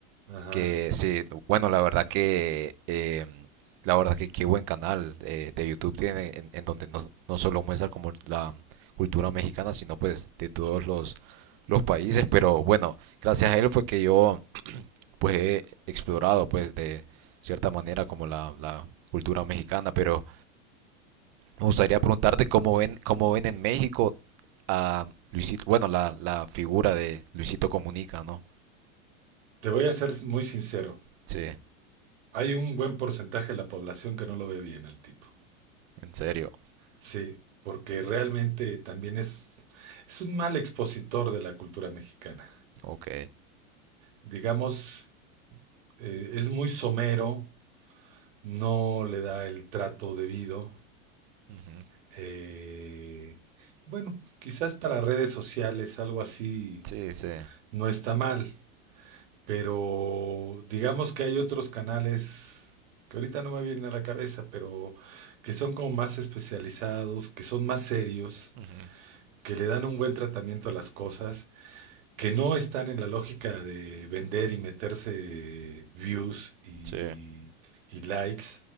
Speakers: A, on the right; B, on the right.
A: ajá.
B: que sí, bueno, la verdad que eh, la verdad que qué buen canal eh, de YouTube tiene en, en donde no, no solo muestra como la cultura mexicana, sino pues de todos los, los países. Pero bueno, gracias a él fue que yo pues he explorado pues de cierta manera como la, la cultura mexicana. Pero me gustaría preguntarte cómo ven, cómo ven en México a Luisito, bueno, la, la figura de Luisito Comunica, ¿no?
A: Te voy a ser muy sincero.
B: Sí,
A: Hay un buen porcentaje de la población que no lo ve bien al tipo.
B: en serio.
A: Sí, porque realmente también es, es un mal expositor de la cultura mexicana.
B: Ok.
A: Digamos, eh, es muy somero, no le da el trato debido.
B: Ujú.
A: Eh, bueno, quizás para redes sociales algo así
B: Sí, sí.
A: no está mal, pero digamos que hay otros canales que ahorita no me vienen a la cabeza, pero que son como más especializados, que son más serios,
B: Ujú.
A: que le dan un buen tratamiento a las cosas que no están en la lógica de vender y meterse views y,
B: Sí,
A: y likes,